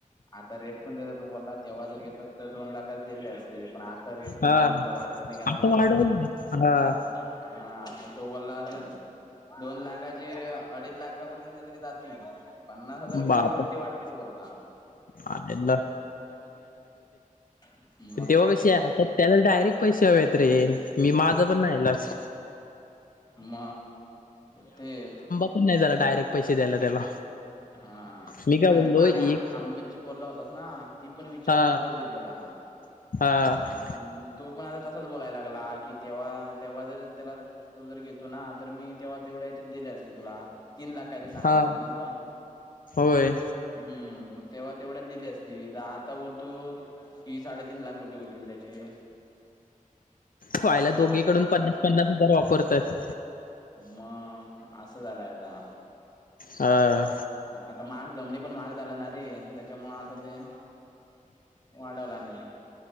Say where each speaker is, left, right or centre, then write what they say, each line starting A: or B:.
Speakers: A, on the left; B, on the left.
A: आता रेट पण देतात तू बोलला तेव्हा जर घेत तर दोन लाख अस पण आता रेट पण
B: हा
A: जमिनींचा वाढत निघालाय
B: आता
A: ना
B: वाढवलं
A: तस
B: हा
A: हा म तू बोला दोन लाखाचे अडीच लाखापर्यंत तरी जातील पन्नास हजार रुपये
B: बाप
A: तरी वरती वाढतील बोलला.
B: आयला
A: हम्म
B: हे बघ पश्या आता त्याला डायरेक्ट पैसे हवेत रे मी माझं पण नाईलाज
A: म तेच
B: मी नाही जाणार डायरेक्ट पैसे द्यायला त्याला
A: हा
B: मी काय
A: आणि
B: बोललो
A: ते मागे
B: एक
A: आंबे ची बोलला होतास ना ती पण विचारून
B: हा
A: बघल ती त्याला
B: हा
A: अ तो पण आता तसाच बोलायला लागला कि तेव्हा तेव्हा जर त्याला तो जर घेतो ना तर मी तेव्हा तेवढ्या याच्यात दिले असते तुला तीन लाख काहीतरी सांगितले
B: हा
A: नव्हते ना तुला
B: होय
A: हम्म मग तेव्हा तेवढ्याच दिली असती तर आता बोलतो की साडेतीन लाख रुपये होतील त्याचे
B: तो आयला
A: असा
B: दोघीकडून
A: बोलला
B: पन्नास पन्नास हजार वापरतात.
A: मग असं झालंय आता
B: अ
A: आता मग जमनी पण महाग झाला ना रे त्याच्यामुळ आता ते वाढवला आणि